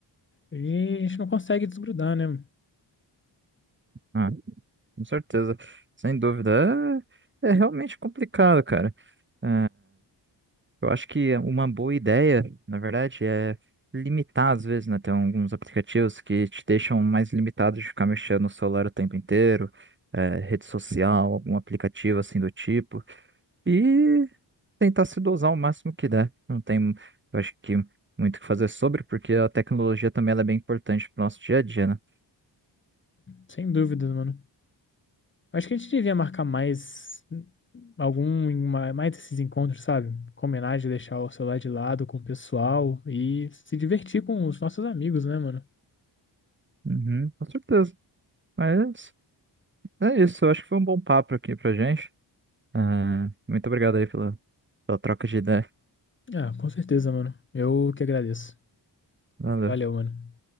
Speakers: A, on the left (about 25°); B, on the right (about 25°).
A: E a gente não consegue desgrudar, né?
B: Ah, com certeza, sem dúvida. É, é realmente complicado, cara. É, Eu acho que é uma boa ideia, na verdade, é limitar às vezes, né? Tem alguns aplicativos que te deixam mais limitado de ficar mexendo no celular o tempo inteiro, eh, rede social, algum aplicativo assim do tipo, e tentar se dosar o máximo que der. Não tem, eu acho que muito o que fazer sobre, porque a tecnologia também ela é bem importante para o nosso dia a dia, né?
A: Sem dúvidas, mano. Acho que a gente devia marcar mais algum, ma- mais esses encontros, sabe? Combinar de deixar o celular de lado com o pessoal e se divertir com os nossos amigos, né, mano?
B: Uhum, com certeza. Mas é isso, eu acho que foi um bom papo aqui pra gente. Ah, muito obrigado aí pela, pela troca de ideia.
A: Ah, com certeza, mano. Eu que agradeço.
B: Valeu.
A: Valeu, mano.